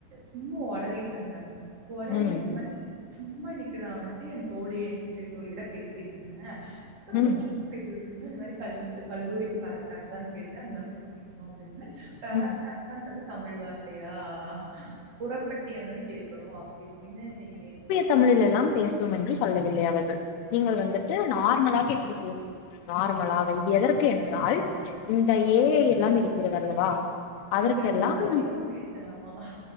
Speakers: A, on the right; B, on the left.
A: சும்மா ஒளறிட்ருந்த ஒளறிட்டு
B: ம்
A: இந்த மா சும்மா இன்னிக்கு நா வன்ட்டு எந் தோழி எ கிட்டை தோழியோட பேசிட்ருந்த அப்ப நாங்க
B: ம்
A: சும்மா பேசிட்ருந்தோ இந்த மாரி கல் கல்லூரிக்கு பரப்டாச்சான் கேட்டு அந்த மாரி பேசிட்ருந்தோ அப்டினொன்னே பெரப்டாச்சான்றது
B: ம்
A: தமிழ் வார்த்தையா புறப்பட்டியான்தான கேக்கணு அப்டி இப்டினு என்
B: தமிழில் எல்லாம் பேசுவும் என்று சொல்லவில்லை அவர்கள் நீங்கள் வந்துட்டு நார்மலாக எப்பிடி பேசுவீர்கள் நார் மலாவை இது எதற்கு என்றால் இந்த ஏ ஐ எல்லாம் இருக்கிறதல்லவா அதற்கெல்லாம்
A: இதெல்லாம் பத்தி நம்ம பேசலாமா?